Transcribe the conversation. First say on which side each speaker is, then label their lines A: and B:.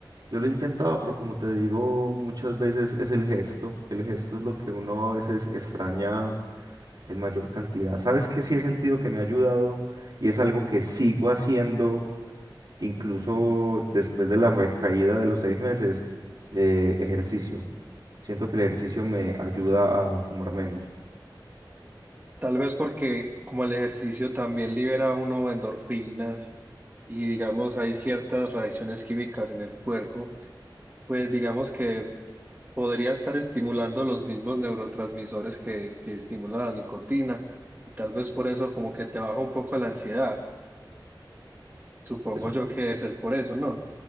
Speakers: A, on the right; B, on the right.
A: yo lo he intentado, pero como te digo, muchas veces es el gesto, el gesto es lo que uno a veces extraña en mayor cantidad. ¿Sabes qué sí he sentido que me ha ayudado y es algo que sigo haciendo? incluso después de la recaída de los seis meses, eh, ejercicio. Siento que el ejercicio me ayuda a fumar menos.
B: Tal vez porque como el ejercicio también libera a uno endorfinas y digamos hay ciertas reacciones químicas en el cuerpo, pues digamos que podría estar estimulando los mismos neurotransmisores que, que estimulan la nicotina y tal vez por eso como que te baja un poco la ansiedad. Supongo
A: Eso
B: yo
A: es,
B: que es el por eso, ¿no?